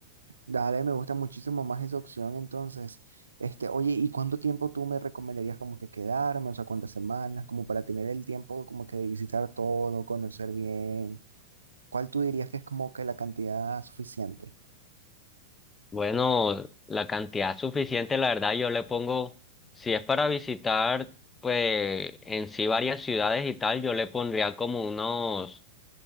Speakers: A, on the right; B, on the left.
A: Dale, me gusta muchísimo más esa opción, entonces, este, oye, ¿y cuánto tiempo tú me recomendarías como que quedarme? O sea, ¿cuántas semanas? Como para tener el tiempo como que de visitar todo, conocer bien. ¿Cuál tú dirías que es como que la cantidad suficiente?
B: Bueno, la cantidad suficiente, la verdad yo le pongo, si es para visitar pues en sí varias ciudades y tal, yo le pondría como unos